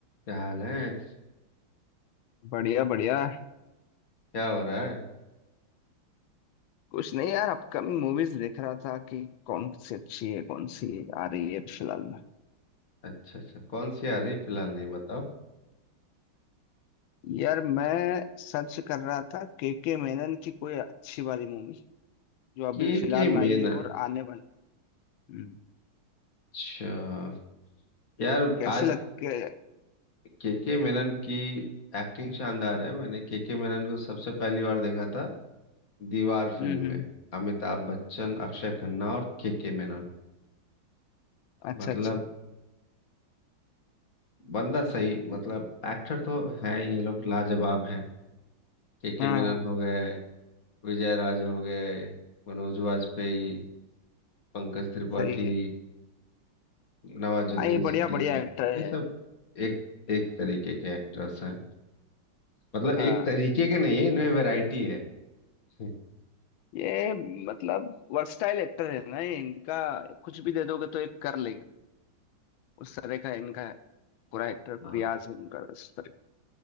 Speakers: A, on the left; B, on the left.
A: क्या हाल है
B: बढ़िया बढ़िया
A: क्या हो रहा है
B: कुछ नहीं यार अपकमिंग मूवीज देख रहा था कि कौन सी अच्छी है कौन सी आ रही है फिलहाल में
A: अच्छा अच्छा कौन सी आ रही फिलहाल नहीं बताओ
B: यार मैं सर्च कर रहा था के के मेनन की कोई अच्छी वाली मूवी जो अभी
A: के
B: फिलहाल
A: के
B: में
A: मेनन
B: आई है और आने वाली हम्म,
A: अच्छा यार
B: कैसे
A: आज
B: लगते है?
A: के के मेनन की एक्टिंग शानदार है मैंने के के मेनन को सबसे पहली बार देखा था दीवार फिल्म
B: हम्म हम्म
A: में अमिताभ बच्चन अक्षय खन्ना और के के मेनन
B: अच्छा
A: मतलब
B: अच्छा
A: बंदा सही मतलब एक्टर तो है ये लोग लाजवाब हैं के के
B: हाँ
A: मेनन
B: हाँ,
A: हो गए विजय राज हो गए मनोज वाजपेयी पंकज त्रिपाठी
B: सही है
A: नवाजुद्दीन
B: हाँ ये बढ़िया
A: सिद्दीकी
B: बढ़िया एक्टर
A: ये सब
B: है
A: एक एक तरीके के एक्टर्स हैं मतलब
B: हाँ
A: एक तरीके के नहीं है इनमें वैरायटी है <laughs> हम्म।
B: ये मतलब वर्सटाइल एक्टर है ना ये इनका कुछ भी दे दोगे तो एक कर लेंगे उस तरह का इनका है पूरा एक्टर
A: हाँ
B: रियाज है उनका उस तरह